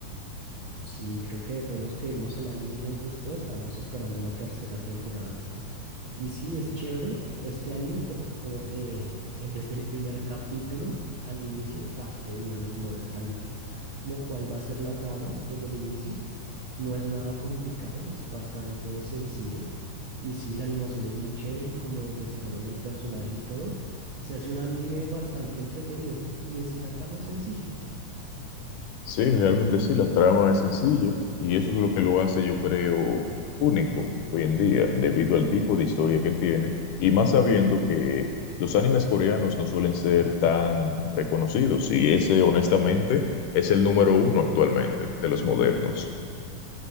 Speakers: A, on the right; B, on the left.
A: Sí, creo que de todos los que vimos el anime y nos gustó, estábamos esperando la tercera temporada. Y sí, es chévere este anime porque como que eh, desde el primer capítulo al inicio, ta, de una nos muestran como cuál va a ser la trama desde el inicio No es nada complicado, es bastante sencillo. Y sí, la animación es muy chévere y como desarrollan el personaje y todo, se hace un anime bastante entretenido. Y en sí la trama es sencilla.
B: Sí, realmente sí, la trama es sencilla y eso es lo que lo hace, yo creo, único hoy en día, debido al tipo de historia que tiene y más sabiendo que los animes coreanos no suelen ser tan reconocidos y ese honestamente es el número uno actualmente de los modernos.